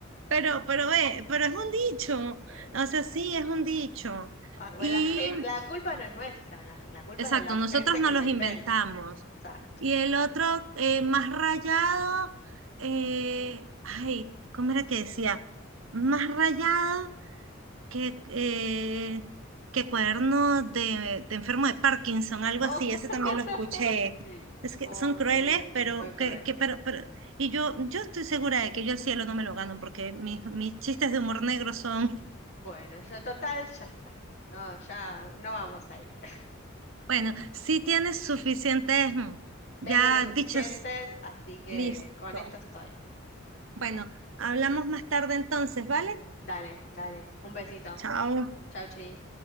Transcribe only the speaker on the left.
Eh, bueno,
ah, bueno,
la gen- la culpa no es nuestra, la, la culpa
es de la gente
que la
inventa.
O sea,
oh.
<laughs>
Oh,
me muero,
es muy cruel.
Bueno, yo total, ya está. No, ya no vamos a ir.
Tengo los suficientes,
así que
con esto estoy.
Dale, dale. Un besito.
Chau, chi.